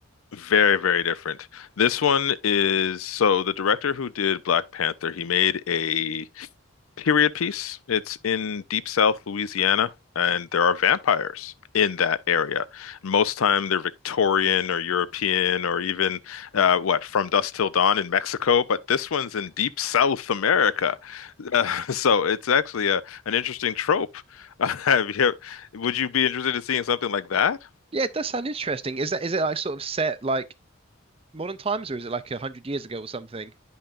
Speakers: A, on the left; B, on the right.
A: Very, very different. This one is so the director who did Black Panther, he made a period piece. It's in Deep South Louisiana, and there are vampires in that area. Most time they're Victorian or European or even uh, what, From Dusk Till Dawn in Mexico, but this one's in Deep South America. Uh, <laughs> so it's actually a an interesting trope. <laughs> have you, would you be interested in seeing something like that?
B: Yeah, it does sound interesting. Is that is it like sort of set like modern times, or is it like a hundred years ago or something?